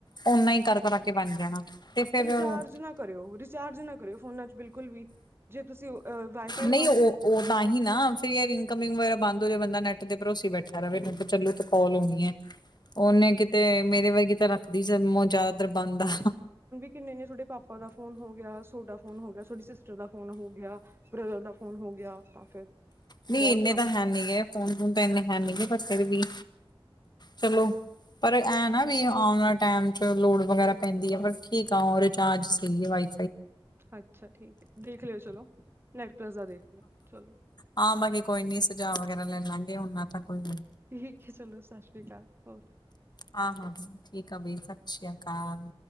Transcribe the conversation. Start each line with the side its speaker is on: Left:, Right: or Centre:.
Left: ਓਨਾ ਹੀ ਕਰ ਕਰਾਕੇ ਬਣ ਜਾਣਾ। ਤੇ ਫੇਰ
Right: ਰਿਚਾਰਜ ਨਾ ਕਰਿਓ, ਰਿਚਾਰਜ ਨਾ ਕਰਿਓ ਫੋਨਾ 'ਚ ਬਿਲਕੁਲ ਵੀ ਜੇ ਤੁਸੀਂ ਵਾਈਫਾਈ ਲਵਾਓਗੇ
Left: ਨਹੀਂ ਉਹ ਉਹ ਤਾਂ ਹੀ ਨਾ, ਫਿਰ ਯਾਰ ਇਨਕਮਿੰਗ ਵਗੈਰਾ ਬੰਦ ਹੋ ਜਾਵੇ ਬਦਾ ਨੈਟ ਤੇ ਭਰੋਸੀ ਬੈਠਾ ਰਹੇ ਚਲੋ ਕਾਲ ਹੋਣੀ ਹੈ। ਉਹਨੇ ਕਿਤੇ ਮੇਰੇ ਵਰਗੀ ਕਿਤੇ ਰੱਖਦੀ ਸੀ ਜ਼ਿਆਦਾਤਰ ਬੰਦ ਆ।
Right: ਕਿੰਨੇੇ ਤੁਹਾਡੇ ਪਾਪਾ ਦਾ ਫੋਨ ਹੋ ਗਿਆ, ਤੁਹਾਡਾ ਫੋਨ ਹੋ ਗਿਆ, ਤੁਹਾਡੀ ਸਿਸਟਰ ਦਾ ਫੋਨ ਹੋ ਗਿਆ। ਬ੍ਰਦਰ ਦਾ ਫੋਨ ਹੋ ਗਿਆ, ਤਾਂ ਫਿਰ।
Left: ਨਹੀਂ
Right: ਬਹੁਤ
Left: ਇੰਨੇ
Right: ਕੰਮ
Left: ਤਾਂ ਹੈ ਨੀ ਗਏ, ਫੋਨ ਫੋਨ ਤਾਂ ਇੰਨੇ ਹੈ ਨੀਗੇ ਪਰ ਫੇਿਰ ਵੀ ਚਲੋ। ਪਰ ਇਹ ਨਾ ਵੀ ਆਉਣ ਵਾਲੇ ਟਾਈਮ 'ਚ ਲੋੜ ਵਗੈਰਾ ਪੈਂਦੀ ਹੈ ਪਰ ਠੀਕ ਆ ਉਹ ਰਿਚਾਰਜ ਸੀ ਵਾਈ
Right: ਅੱਛਾ, ਠੀਕ ਹੈ ਦੇਖ ਲਿਓ ਚਲੋ। ਨੈਟ ਪਲੱਸ ਦਾ ਦੇਖ ਲਿਓ ਚਲੋ
Left: ਹਾਂ ਬਾਕੀ ਕੋਈ
Right: ਠੀਕ
Left: ਨੀ ਸੁਝਾਅ
Right: ਹੈ
Left: ਵਗੈਰਾ ਲੈ ਲਾਂਗੇ ਨਾ ਤਾਂ ਕੋਈ
Right: ਠੀਕ ਹੈ ਚਲੋ, ਸਤਿ ਸ਼੍ਰੀ ਅਕਾਲ ਹੋਰ
Left: ਹਾਂ ਹਾਂ ਠੀਕ ਆ ਬਾਈ, ਸਤਿ ਸ਼੍ਰੀ ਅਕਾਲ।